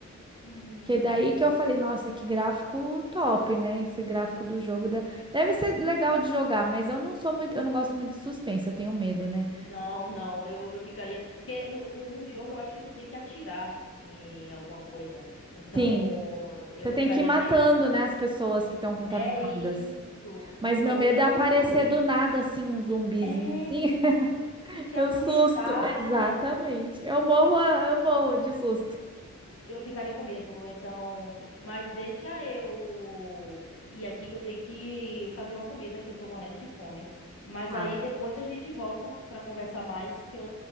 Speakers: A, on the left; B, on the right.
A: Hum.
B: Que é daí que eu falei, nossa, que gráfico top, né? Esse gráfico do jogo da- deve ser legal de jogar, mas eu não sou muito, eu não gosto muito de suspense, eu tenho medo, né?
A: Não, não, eu, eu ficaria. Porque no, no, no jogo eu acho que tu tem que atirar em alguma coisa. Então
B: Sim,
A: eu
B: você
A: ficaria
B: tem que ir matando,
A: meio.
B: né, as pessoas que estão contaminadas.
A: É isso.
B: Mas
A: Então
B: meu medo
A: eu
B: é
A: sou
B: aparecer
A: muito ruim.
B: do nada assim um zumbizinho
A: É!
B: assim. <laughs>
A: E te
B: Eu
A: assustar.
B: susto, exatamente. Eu morro, a- eu morro de susto.
A: Eu ficaria com medo, então, mas deixa eu ir aqui que eu tenho que fazer uma comida que eu tô morrendo de fome. Mas
B: Tá.
A: aí depois a gente volta pra conversar mais, que eu,